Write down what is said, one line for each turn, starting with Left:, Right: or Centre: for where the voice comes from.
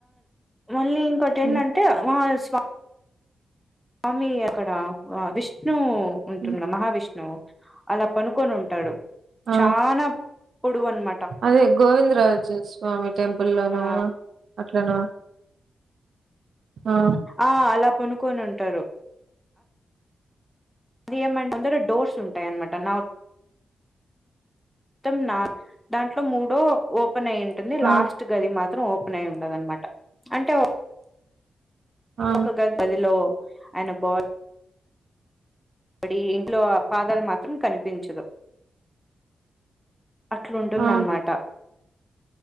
Centre: మళ్ళీ ఇంకోటి
Right: హ్మ్.
Centre: ఏంటంటే <unintelligible> స్వామి అక్కడ విష్ణు ఉంటున్న
Right: హ్మ్.
Centre: మహావిష్ణువు అలా పనుకొని ఉంటాడు
Right: ఆ!
Centre: చానా పొడువు అనమాట
Right: అదే గోవింద రాజు స్వామి టెంపుల్లోనా
Centre: ఆ
Right: అట్లనా ఆ
Centre: ఆ అలా పండుకొని ఉంటారు అది ఏమంట ముందర డోర్స్ ఉంటాయన్నమాట నావ్ మొత్తం నా దాంట్లో మూడో ఓపెన్ అయి టుంది లాస్ట్
Right: ఆ!
Centre: గది మాత్రం ఓపెన్ అయి ఉండదనమాట అంటే
Right: ఆ!
Centre: ఒక గదిలో ఆయన బాడీ డీ ఇంట్లో పాదాలు మాత్రం కనిపించదు అట్లుంటుందన్నమాట
Right: ఆ!